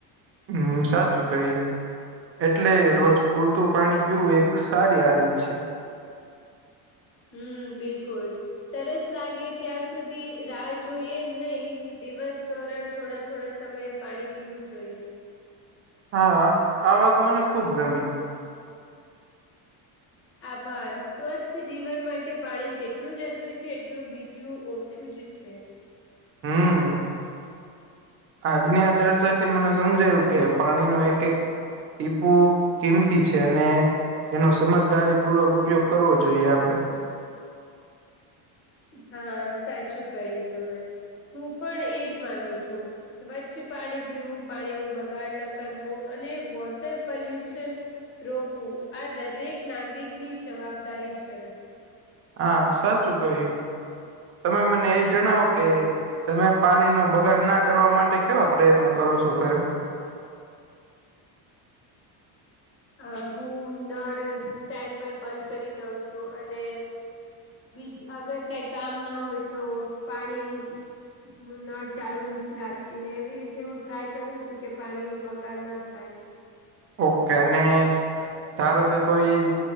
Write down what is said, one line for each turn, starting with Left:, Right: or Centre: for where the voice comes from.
Right: હમ, સાચું કહીયુ. એટલે રોજ પૂરતું પાણી પીવું એક સારી આદત છે‌.
Left: હમ, બિલકુલ તરસ લાગે, ત્યાં સુધી રાહ જોઈએ નહીં. દિવસ ધોરણ થોડા-થોડા સમયે પાણી પીવું જોઈએ.
Right: હા, આ વાત મને ખુબ ગમે.
Left: આભાર સ્વસ્થ જીવન માટે પાણી જેટલું જરૂરી છે, એટલું બીજું ઓછું જ છે.
Right: હમ આજની આ ચર્ચાથી મને સમજાયું કે, પાણી નુ એક-એક ટીપુ કિંમતી છે, અને તેનો સમઝદારી પૂર્વક ઉપયોગ કરવો જોઈએ આપડે.
Left: હા, સાચું કહ્યું તમે. હું પણ એજ માનું છું. સ્વચ્છ પાણી પીવું, પાણીનું બગાડ ન કરવો, અને વોટર પલ્યુશન રોકવું, આ દરેક નાગરિકની જવાબદારી છે.
Right: આ સાચું કહ્યું તમે, મને એ જણાવો કે તમે પાણી નો બગાડ ના કરવા માટે કેવા પ્રયત્ન કરો સો ઘરે?
Left: આમ હું નળ ટાઈમ પર બંધ કરી દઉ સુ અને બીજ અગર કઈ કામ ના હોય તો પાણી નું નળ ચાલુ રાખતી ને, એવી રીતે હું ટ્રાય કરું છું કે, પાણી નો બગાડ ન થાય.
Right: ઓકે, નેઈ ધારો કે કોઈ